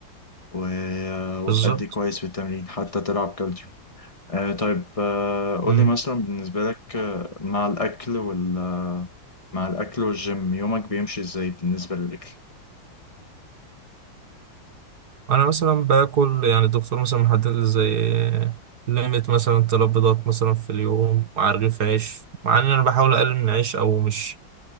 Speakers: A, on the left; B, on the right.
A: و... آه، وتأدي
B: بالظبط
A: كويس في التمرين حتى تلعب كارديو آه طيب آه قول
B: مم.
A: لي مثلا بالنسبة لك آه، مع الاكل وال آه، مع الاكل والجيم يومك بيمشي ازاي بالنسبة للاكل
B: انا مثلا باكل يعني الدكتور مثلا محدد لي زي ليميت مثلا تلات بيضات مثلا في اليوم مع رغيف عيش مع ان انا بحاول اقلل من العيش او مش